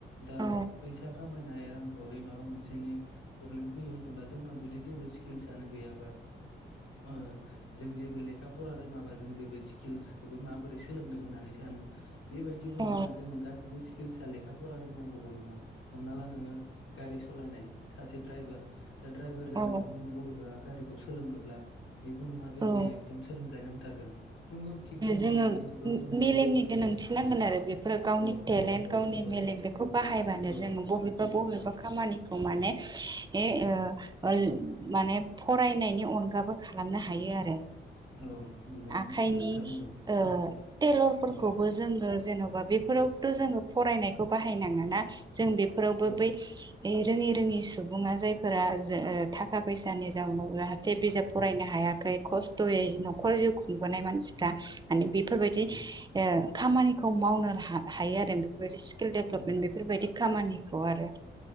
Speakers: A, on the left; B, on the right.
A: दा
B: औ
A: फैसा खामायनाय रांखावरि माबा मोनसेनि प्रब्लेम फैयो होनोबा जोंनाव जुदि जेबो स्किल्सआनो गैयाबा ओ जों जेबो लेखा फरा रोङाबा जों जेबो स्किल्सखौबो माबोरै सोलोंनो होननानै सा नो बेबायदिबो
B: औ
A: नङा जोङो गासिबो स्किल्सआ लेखा फरा रोंनांगौबो नङा हमना ला नोङो गारि सालायनाय सासे द्राइभार दा द्राइभार जानोबा
B: औ
A: नोङो बबे बा गारिखौ सोलोंनोब्ला बेबो नङा जे
B: औ
A: नोङो एकदम सोलोंथायाइ नांथारगोन नंगौ थिग दङ
B: जोङो
A: दानि जुगाव जोङो
B: मेलेमनि गोनांथि नांगोन आरो बेफोरो गावनि
A: औ
B: टेलेन्ट
A: औ औ
B: गावनि
A: औ
B: मेलेम बेखौ बाहायबानो
A: औ
B: जोङो बबेबा-बबेबा
A: निस्सय
B: खामानिखौ माने ए
A: औ
B: ओ माने फरायनि अनगाबो खालामनो हायो आरो
A: औ नंगौ नों
B: खायनि
A: थिग खोथा बुंदों
B: ओ टेलरफोरखौबो
A: औ
B: जोङो जेन'बा बेफोराव थ' जोङो फरायनायखौ बाहायनाङा ना जों बेफोरावबो
A: औ
B: बै रोङि-रोङि सुबुङा जायफोरा जो थाखा फैसानि जाउनाव जाहाथे बिजाब फरायनो हा याखै खस्थ'यै न'खर जिउ खुंबोनाय मानसिफ्रा माने बेफोरबायदि
A: औ
B: ओ खामानिखौ मावनो हा- हायो आरो बेफोरबायदि स्किल डेभेलपमेन्ट
A: औ
B: बेफोरबायदि खामानिखौ आरो